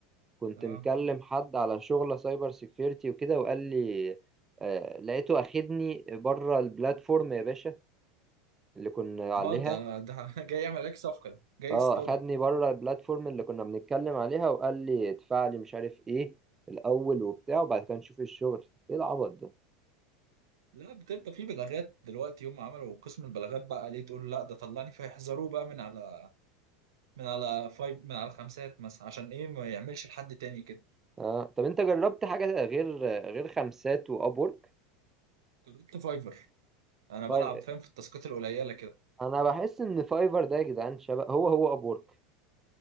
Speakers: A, on the right; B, on the right.
A: كنت
B: اه
A: مكلم حد على شغلة سايبر سيكيورتي وكده وقال لي آه لقيته أخدني بره البلاتفورم يا باشا اللي كنا عليها
B: اه ده ده <laughs> جاي يعمل عليك صفقه ده جاي
A: اه
B: يصطادك
A: أخدني بره البلاتفورم اللي كنا بنتكلم عليها وقال لي ادفع لي مش عارف ايه الأول وبتاع وبعد كده نشوف الشغل ايه العبط ده
B: لا بتبقى في بلاغات دلوقتي هم عملوا قسم البلاغات بقى ليه تقول لا ده طلعني فيحذروه بقى من على من على فايف من على خمسات مثلا عشان ايه ما يعملش لحد تاني كده
A: آه طب انت جربت حاجة غير غير خمسات وأبورك
B: جربت فايفر انا
A: فايف
B: بلعب فاهم في التاسكات القليله كده
A: أنا بحس إن فايفر ده يا جدعان شبه هو هو أبورك